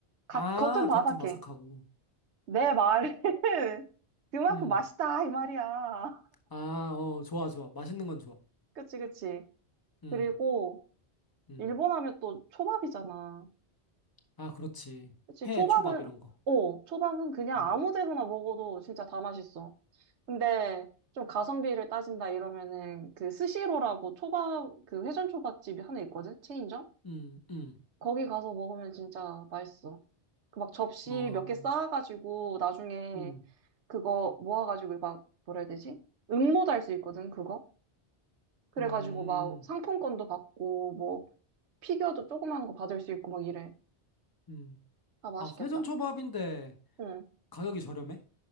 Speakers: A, on the right (about 80°); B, on the left (about 20°).
A: 가,
B: 아,
A: 겉은 바삭해.
B: 겉은 바삭하고.
A: 내 말은 <laughs> 그만큼
B: 음.
A: 맛있다 이 말이야.
B: 아, 어, 좋아, 좋아. 맛있는 건 좋아.
A: <laughs> 그치, 그치.
B: 음,
A: 그리고
B: 음.
A: 일본 하면 또 초밥이잖아.
B: 아, 그렇지.
A: 그치,
B: 회,
A: 초밥은,
B: 초밥 이런 거.
A: 어, 초밥은 그냥
B: 음,
A: 아무 데서나 먹어도 진짜 다 맛있어. 근데 좀 가성비를 따진다 이러면은 그 스시로라고 초밥, 그 회전 초밥집이 하나 있거든? 체인점?
B: 음, 음.
A: 거기 가서 먹으면 진짜 맛있어. 그 막 접시
B: 어,
A: 몇 개 쌓아가지고 나중에
B: 음,
A: 그거 모아가지고 막 뭐라 해야 되지? 응모도 할 수 있거든, 그거? 그래가지고
B: 음,
A: 막 상품권도 받고 뭐 피규어도 조그만 거 받을 수 있고 막 이래.
B: 음.
A: 아, 맛있겠다.
B: 아, 회전 초밥인데
A: 응.
B: 가격이 저렴해?